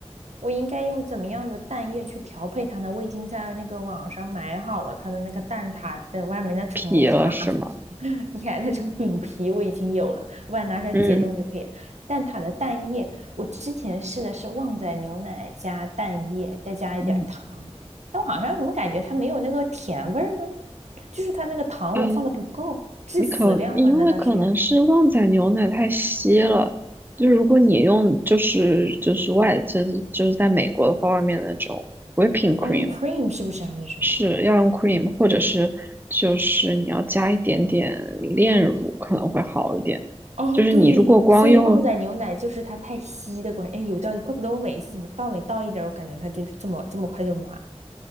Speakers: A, on the right; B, on the right.
A: 我应该用怎么样的蛋液去调配它呢？我已经在那个网上买好了它的那个蛋挞的外面那层塔，
B: 皮了是吗？
A: <laughs> 你看那层饼皮我已经有了，我把它拿出来解冻就可以。
B: 嗯
A: 蛋挞的蛋液，我之前试的是旺仔牛奶加蛋液，再加一点儿糖。
B: 嗯，
A: 但我好像怎么感觉它没有那个甜味呢？就是它那个糖我放的不够，
B: 哎，
A: 致死量吗？
B: 你可因为可能是旺仔牛奶太稀了，
A: 难道是这样
B: 就是如果你用就是就是外就是就是在美国的话，外面的那种 whipping cream
A: 哦，用 cream 是不是啊还是什么？
B: 是要用 cream，或者是就是你要加一点点炼乳可能会好一点。
A: 哦，
B: 就是你如果光用
A: 对，所以旺仔牛奶就是它太稀的关系。哎，有道理，怪不得我每一次怎么倒每倒一点我感觉它就这么这么快就满，